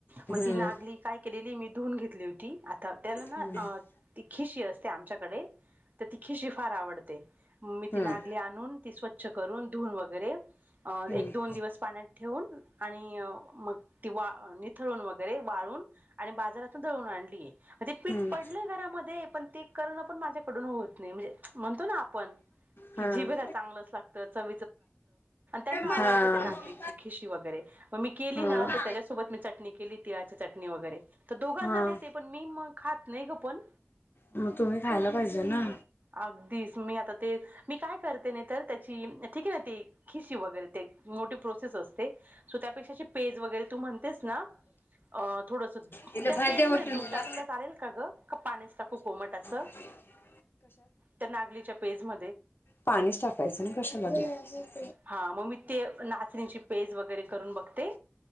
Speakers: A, on the left; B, on the right.
A: हम्म
B: मग ती नागली काय केलेली मी धुून घेतली होती आता त्याना ना
A: हम्म
B: अ ती खिशी असते आमच्याकडे तर ती खिशी फार आवडते मी
A: हम्म
B: ती नागली आणून ती स्वच्छ करून धुून वगैरे अ
A: हम्म
B: एक दोन दिवस पाण्यात ठेवून आणि मग ती वा ळून वगैरे वाळून आणि बाजारातून ळून आणली ते पीठ
A: हम्म
B: पडलंय घरामध्ये पण ते करण पण माझ्याकडून होत नाही म्हणजे म्हणतो ना आपण
A: हम्म
B: की जीब चांगलंच लागत त्यां आ नाग
A: हा हा
B: ख वरी केली
A: हा
B: त्या च केली तिळाची चटणी वगैरे तर दोघांना
A: हा
B: देते पण मी खात नाही पण
A: मग तुम्ही खायला पाहिजे ना
B: अगदीच मी आता ते मी काय करते नाही तर त्याची ठीक आहे ना खशी वगैरे मोठी प्रोसेस असते त्यापेक्षा पेज वगैरे तू म्हणतेस ना अ थोडस
A: तिला
B: त्या
A: भात
B: पेजमध्येध्ये
A: द्या वाटून
B: दूध
A: मला.
B: टाकलेलं चालेल का ग का पाण्यास टाकू कोमट असं
A: ज
B: त्या नागलीच्या पेज म
A: पाणी टाकायचं ना कशा लागेल
B: हा मग मी ते नाचणींची पेज वगैरे करून बघते